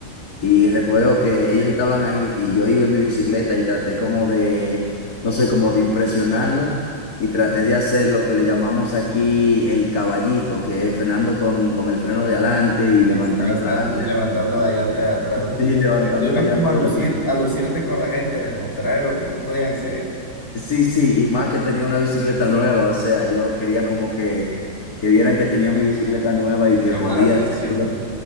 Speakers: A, on the left (about 45°); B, on the left (about 25°).
A: Y recuerdo que ellos estaban ahí y yo iba en mi bicicleta y traté como de, no sé, como de impresionarlos y traté de hacer lo que le llamamos aquí el caballito, que es frenando con, con el freno de adelante y levantando
B: Y sí, alzando,
A: la,
B: levantando la llanta de atrás.
A: <laughs>
B: Uno,
A: y levantando
B: tú ibas
A: la llanta
B: como a lucir,
A: de atrás.
B: a lucirte con la gente, a demostrar lo que tú podías hacer,
A: Sí, sí, y más que tenía una bicicleta nueva, o sea, yo quería como que, que vieran que tenía mi bicicleta nueva y que
B: llamar
A: podía
B: la atención.
A: hacerlo.